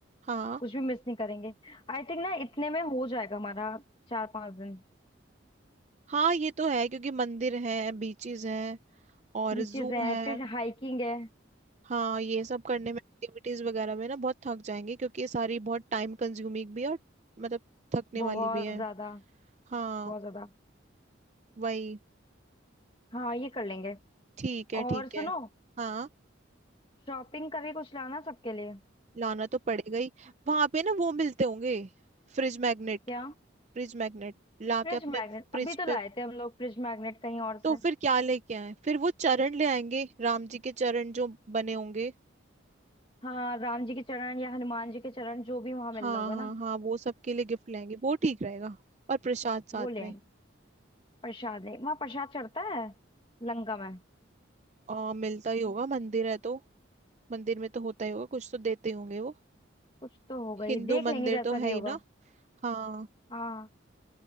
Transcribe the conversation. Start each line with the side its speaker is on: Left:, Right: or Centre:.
Right: हाँ
Left: कुछ भी मिस नहीं करेंगे आई थिंक ना इतने में हो जाएगा हमारा चार पांच दिन
Right: हाँ ये तो है क्योंकि मंदिर हैं बीचेस हैं और
Left: बीचेस
Right: जू
Left: है
Right: है
Left: फिर हाइकिंग है
Right: हाँ ये सब करने में एक्टिविटीज वगैरह में ना बहुत थक जाएंगे क्योंकि ये सारी बहुत टाइम कंज्यूमिंग भी है और मतलब थकने
Left: बहुत
Right: वाली भी है
Left: ज्यादा
Right: हाँ
Left: बहुत ज्यादा
Right: वही
Left: हाँ ये कर लेंगे
Right: ठीक है
Left: और
Right: ठीक
Left: सुनो
Right: है हाँ
Left: शॉपिंग करके कुछ लाना सबके लिए
Right: लाना तो पड़ेगा ही वहां पे ना वो मिलते होंगे फ्रिज मैग्नेट
Left: क्या
Right: फ्रिज मैग्नेट ला
Left: फ्रिज
Right: के अपने
Left: मैग्नेट
Right: फ्रिज
Left: अभी तो लाए
Right: पे
Left: थे हम लोग फ्रिज मैग्नेट कहीं और से
Right: तो फिर क्या लेके आए फिर वो चरण ले आएंगे राम जी के चरण जो बने होंगे
Left: हाँ राम जी के चरण या हनुमान जी के चरण जो भी वहां मिल
Right: हाँ
Left: रहा होगा
Right: हाँ
Left: ना
Right: हाँ वो सबके लिए गिफ्ट लाएंगे वो ठीक रहेगा और प्रसाद
Left: वो
Right: साथ
Left: ले
Right: में
Left: आएंगे प्रसाद नहीं वहां प्रसाद चढ़ता है लंका में
Right: आ, मिलता ही होगा मंदिर है तो मंदिर में तो होता ही होगा कुछ तो देते ही होंगे वो
Left: कुछ तो होगा
Right: हिंदू
Left: ये देख
Right: मंदिर
Left: लेंगे जैसा
Right: तो
Left: भी
Right: है ही
Left: होगा
Right: ना हाँ
Left: हाँ